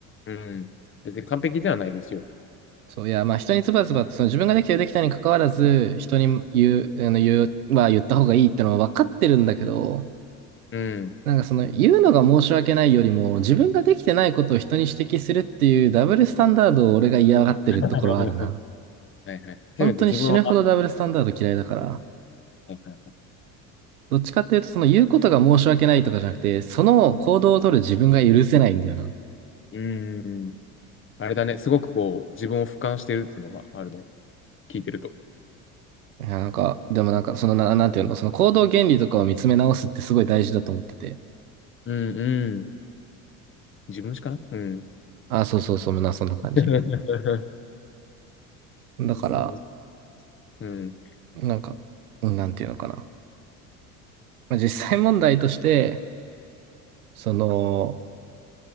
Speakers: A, on the left (about 30°); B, on the right (about 85°).
A: うん。別に完璧ではないですよ。
B: そう、いや、まあ人にズバズバと、その自分ができてるできたに関わらず、人に言う、あの言う、まあ言った方がいいってのは分かってるんだけど、
A: うん。
B: なんかその言うのが申し訳ないよりも、自分ができてないことを人に指摘するっていうダブルスタンダードを俺が嫌がってるところはあるな。
A: <laughs> はいはい。せめて自分は、
B: 本当に死ぬほどダブルスタンダード嫌いだから、
A: はいはい、
B: どっちかっていうとその言うことが申し訳ないとかじゃなくて、その行動を取る自分が許せないんだよな。
A: うん。あれだね、すごくこう、自分を俯瞰してるっていうのがあるね。聞いてると。
B: いや、なんか、でもなんかそのな、なんていうの、その行動原理とかを見つめ直すってすごい大事だと思ってて。
A: うんうん。自分しかなうん。
B: あ、そうそうそう、な、そんな感じ。
A: <laughs>
B: だから、
A: グッさんの、うん。
B: なんか、なんていうのかな。まあ、実際問題として、その、